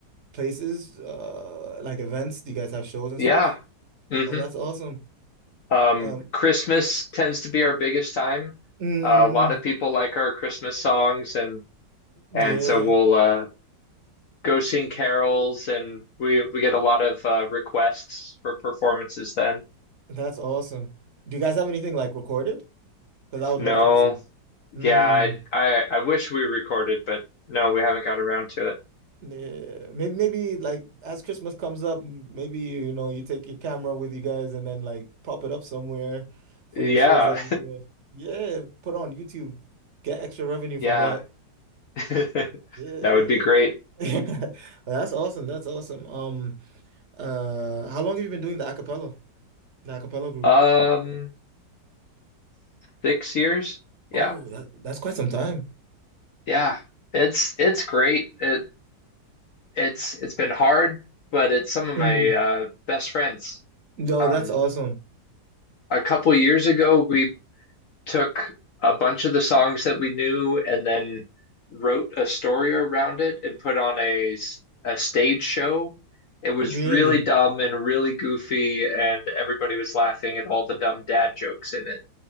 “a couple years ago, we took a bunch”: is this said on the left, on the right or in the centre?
Left